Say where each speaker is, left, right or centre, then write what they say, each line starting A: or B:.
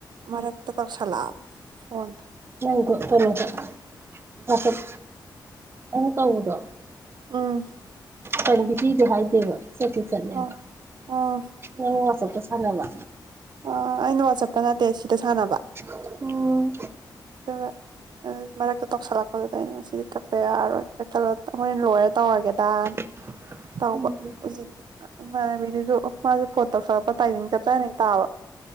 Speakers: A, on the right (about 65°); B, on the right (about 30°).
A: ꯃꯔꯛꯇ ꯇꯧꯁꯜꯂꯛꯑꯕ ꯐꯣꯟꯗꯣ
B: ꯅꯪꯒꯤꯗꯣ ꯀꯩꯅꯣꯗ ꯋꯆꯞ ꯑꯩꯅ ꯇꯧꯕꯗꯣ
A: ꯑꯥ
B: ꯀꯔꯤꯒꯤꯄꯤꯗꯣ ꯍꯥꯏꯗꯦꯕ ꯆꯠꯠꯇꯤ ꯆꯠꯂꯦꯕ
A: ꯑꯣ ꯑꯣ
B: ꯅꯪ ꯋꯆꯞ ꯁꯥꯟꯅꯕ
A: ꯑꯥ ꯑꯩꯅ ꯋꯥꯆꯞꯇ ꯅꯠꯇꯦ ꯁꯤꯗ ꯁꯥꯟꯅꯕ
B: ꯎꯝ
A: <unintelligible> ꯃꯔꯛ ꯃꯔꯛꯇ ꯇꯧꯁꯜꯂꯛꯄꯗꯨꯗ ꯑꯩꯅ ꯃꯁꯤꯗꯤ ꯀꯛꯛꯇ ꯌꯥꯔꯣꯏ ꯀꯛꯊꯂ ꯍꯣꯔꯦꯟ ꯂꯣꯏꯔ ꯇꯧꯔꯒꯦꯗꯥꯃꯤꯑꯣꯏꯕꯗ
B: <inaudible>
A: ꯇꯧꯕ
B: ꯎꯝ
A: ꯍꯧꯖꯤꯛ ꯏꯃꯥꯟꯅꯕꯤꯗꯨꯁꯨ ꯃꯥꯁꯨ ꯐꯣꯟ ꯇꯧꯁꯜꯂꯛꯄ ꯇꯥꯏꯃꯤꯡ ꯆꯞ ꯆꯥꯅꯍꯦꯛ ꯇꯥꯕ